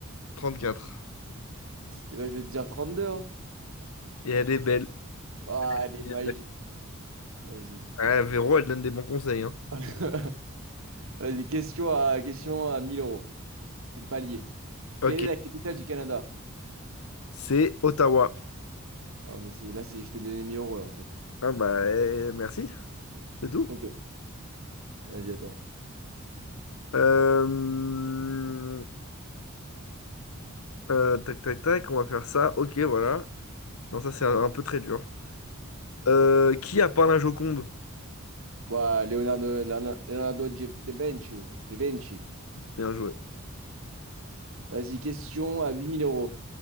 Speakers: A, on the left; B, on the right.
A: 34.
B: Et ben, je vais te dire 32, hein.
A: Et elle est belle.
B: Ah, elle est
A: Elle
B: magique.
A: est belle.
B: Vas-y.
A: Ah, Véro, elle donne des bons conseils, hein.
B: <laughs> Vas-y, question à, question à 1000 euros. C'est le palier.
A: Ok.
B: Quelle est la capitale du Canada?
A: C'est Ottawa.
B: Oh, mais c'est là, c'est, je t'ai donné 1000 euros, là, en fait.
A: Ah bah, eh, merci. C'est tout.
B: Ok, vas-y, à toi.
A: Euh, Euh, tac, tac, tac, on va faire ça. Ok, voilà. Non, ça, c'est un, un peu très dur. Euh, qui a peint la Joconde?
B: Ouah, Leonardo, Leonardo Leonardo da Vinci. Da Vinci.
A: Bien joué.
B: Vas-y, question à 8000 euros.